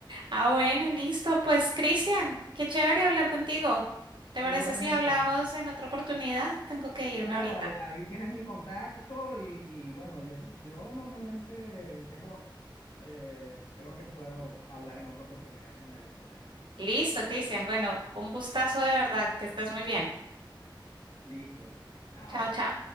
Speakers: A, on the right; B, on the left.
A: Ah, bueno, listo. Pues, Cristian, qué chévere hablar contigo. ¿Te parece
B: Igualmente,
A: si hablamos
B: Ángela.
A: en otra oportunidad? Tengo que irme
B: Claro,
A: ahorita.
B: ahí, ahí tienes mi contacto y, y, bueno, yo, yo normalmente tengo, eh, creo que puedo hablar en otra oportunidad sin mayor problema.
A: Listo, Cristian. Bueno, un gustazo de verdad. Que estés muy bien.
B: Listo, chao.
A: Chao, chao.